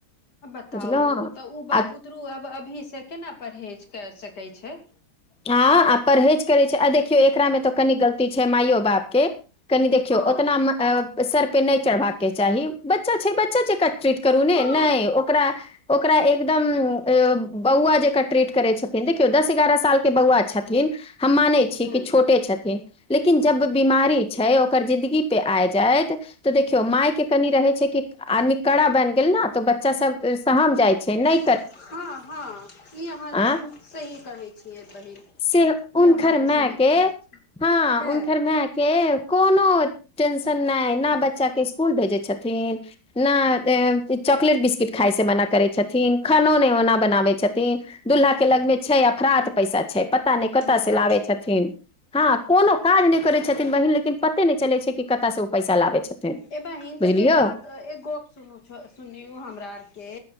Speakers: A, on the left; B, in the centre.
A: अ बताउ,
B: बुझलहु
A: तऽ ओ
B: आ
A: बुतरू अब अब अभी से केना परहेज कर सकै छै।
B: हँ,
A: आँ
B: आ परहेज करे छै, आ देखियौ एकरा मे तऽ कनि गलती छै, माययो बाप के कनि देखियौ
A: हँ
B: ओ तऽ नाम सर पे नहि चढ़बाक के चाही, बच्चा छै, बच्चा छै, क ट्रीट करू ने,
A: हँ
B: नहि ओकरा ओकरा एकदम अ बउवा जेक ट्रीट करै छथिन, देखियौ दस-आग्रह साल के बउवा छथिन, हम मानै छी
A: हूं
B: कि छोटे छथिन लेकिन जब बीमारी छै, ओकर जिदगी पे आ जायइत, तऽ देखियो माय के कनी रहे छै कि आदमी कड़ा बनि गेल ने तो बच्चा सब सहम जाय छै न
A: हँ, हँ, ई अहाँ सही
B: आँ
A: कहै छियै। बहिन
B: से
A: ई
B: उनकर
A: अहाँके
B: मै
A: सही
B: के
A: बात छै
B: हँ
A: हे
B: उनकर मै के कोनो टेंशन नहि, ने बच्चा के स्कूल भेजे छथिन, नहि चॉकलेट, बिस्कुट खााय से मना करे छथिन, खानो नहि ओना बनाबे छथिन, दुूल्हा के लगमे छै अपफराध पैसा छै पता नहि कता
A: बताउ
B: से लाबे छथिन, हँ, कोनो काज नहि करै छथिन बहिन, लेकिन पते नहि चलै छै कि कतऽ से ओ पैसा लाबै छथिन।
A: ए बहिन,
B: बुझलियौ
A: तऽ एक बात एक गप सुनू छ, सुन हमरा से